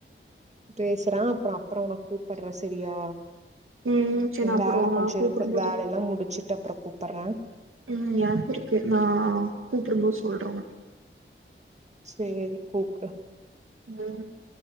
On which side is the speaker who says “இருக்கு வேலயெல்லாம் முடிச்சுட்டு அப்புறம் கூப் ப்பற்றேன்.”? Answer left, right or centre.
Right